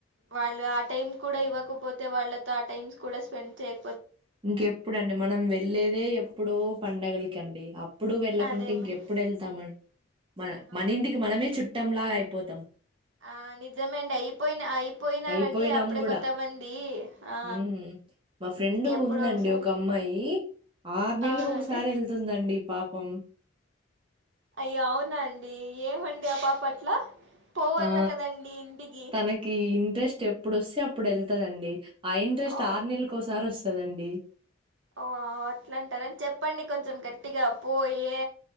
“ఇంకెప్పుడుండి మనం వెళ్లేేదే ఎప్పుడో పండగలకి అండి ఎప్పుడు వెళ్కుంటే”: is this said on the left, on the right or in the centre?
Right